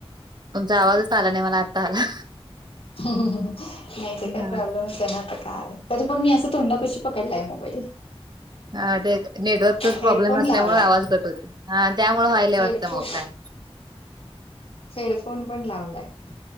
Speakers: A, on the right; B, on the left.
A: तुमचा आवाजच आला नाही मला आत्ता आला.
B: नाही ते काय
A: हा.
B: प्रॉब्लेमच आहे ना आता काय, तरी पण मी असं तोंडा पशी पकडलाय मोबाईल.
A: हा ते, नेटवर्कचाच प्रॉब्लेम
B: हेडफोन
A: असल्यामुळे
B: लावलाय
A: आवाज कट होते, हा त्यामुळे व्हायला
B: हेडफो
A: वाटतं मग काय.
B: हेडफोन पण लावलाय.